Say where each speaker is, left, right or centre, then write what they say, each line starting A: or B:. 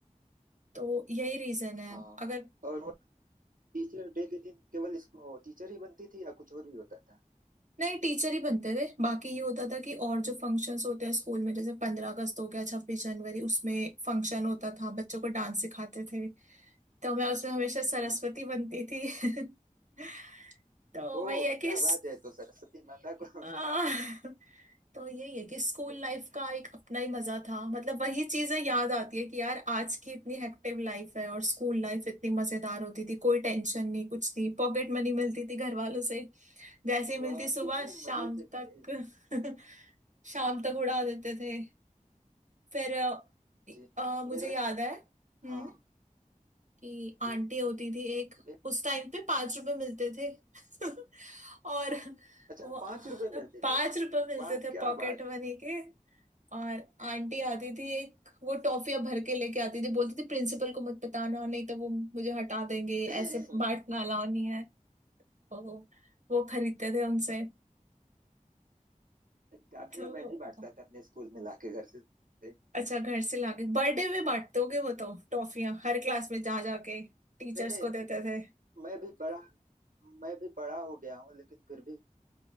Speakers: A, on the right; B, on the right.
A: तो यही रीजन है
B: हाँ
A: अगर
B: और टीचर डे के दिन केवल इसको टीचर ही बनती थी या कुछ और भी होता था
A: नहीं टीचर ही बनते थे बाकी ये होता था कि और जो फंक्शंस होते हैं स्कूल में जैसे पंद्रह अगस्त हो गया छब्बीस जनवरी उसमें फंक्शन होता था बच्चों को डांस सिखाते थे तो मैं उसमें हमेशा सरस्वती
B: हम्म
A: बनती थी <laughs> तो
B: ओह
A: वही है कि
B: क्या बात है तो सरस्वती माता को
A: <laughs> आह, तो यही है कि स्कूल
B: <laughs>
A: लाइफ का एक अपना ही मजा था मतलब वही चीजें याद आती है कि यार आज की इतनी हेक्टिव लाइफ है और स्कूल लाइफ इतनी मजेदार होती थी कोई टेंशन नहीं कुछ नहीं पॉकेट मनी मिलती थी घर वालों से जैसे ही
B: वाह
A: मिलती सुबह
B: कितने
A: शाम
B: मजे थे
A: तक
B: भाई
A: <laughs> शाम तक उड़ा देते थे फिर अ,
B: जी
A: अ, मुझे
B: मेरा
A: याद है हम्म,
B: हाँ
A: कि आंटी
B: जी
A: होती थी एक
B: मे-
A: उस टाइम पे पांच रुपए मिलते थे <laughs> और
B: अच्छा
A: वो आ,
B: पांच रुपए मिलते
A: पांच
B: थे
A: रुपए मिलते
B: वाह
A: थे
B: क्या
A: पॉकेट
B: बात
A: मनी के और आंटी आती थी एक वो टॉफियां भर के लेके आती थी बोलती थी प्रिंसिपल को मत बताना नहीं तो वो मुझे हटा देंगे
B: <laughs>
A: ऐसे बांटना अलाउ नहीं है तो वो खरीदते थे उनसे
B: काफिया
A: तो
B: मैं भी बांटता था अपने स्कूल में लाके घर से नहीं
A: अच्छा घर से लाके बर्थडे में बांटते होगे वो तो टॉफियां हर क्लास में जा जाके टीचर्स
B: नहीं
A: को देते थे
B: मैं भी बड़ा मैं भी बड़ा हो गया हूँ लेकिन फिर भी